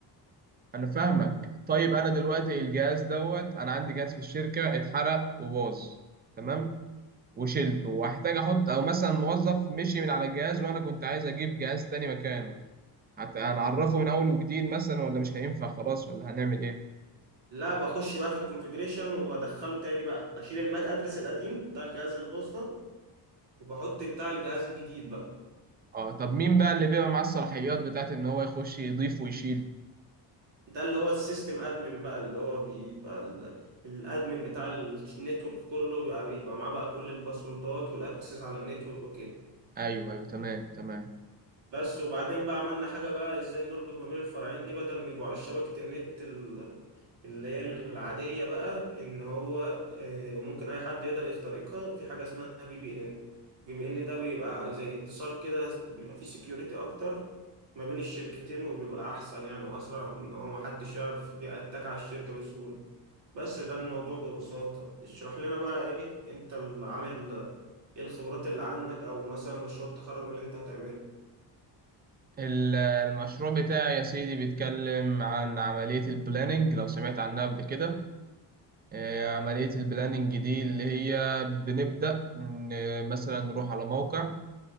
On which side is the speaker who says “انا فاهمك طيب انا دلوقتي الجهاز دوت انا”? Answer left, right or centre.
Right